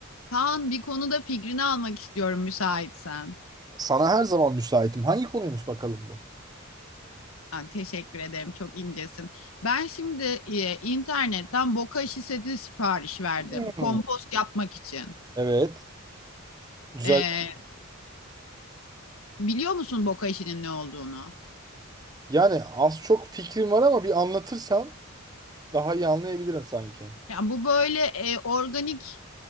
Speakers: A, on the left; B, on the right.
A: Kaan bir konuda fikrini almak istiyorum müsaitsen.
B: Sana her zaman müsaitim. Hangi konuymuş bakalım bu?
A: Ha, teşekkür ederim çok incesin. Ben şimdi e, internetten boka işi seti sipariş verdim.
B: Hmm,
A: Kompost yapmak için.
B: evet. Güzel.
A: E, biliyor musun boka işinin ne olduğunu?
B: Yani az çok fikrim var ama bir anlatırsan daha iyi anlayabilirim sanki.
A: Yani bu böyle e, organik